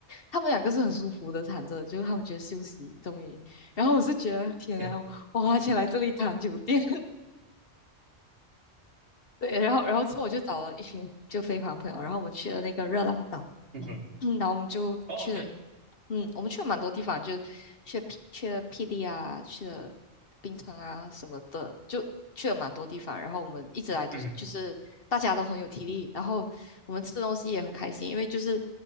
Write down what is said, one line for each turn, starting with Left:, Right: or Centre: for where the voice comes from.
Left: 他们两个是很舒服的躺着，就是他们觉得休息终于。然后我是觉得天啊，
Right: OK，
Left: 我花钱来这里躺酒店，<laughs> 对，然后然后之后我就找了一群就飞盘朋友，然后我们去了那个热浪岛。
Right: 嗯哼，
Left: 嗯，然后我们就去了，
Right: 哦，OK，
Left: 嗯，我们去了蛮多地方，就去了霹去了霹雳啊，去了冰城啊什么的，就去了蛮多地方。然后我们一直来都是就是大家都很有体力，
Right: 嗯
Left: 然后我们吃东西也很开心，因为就是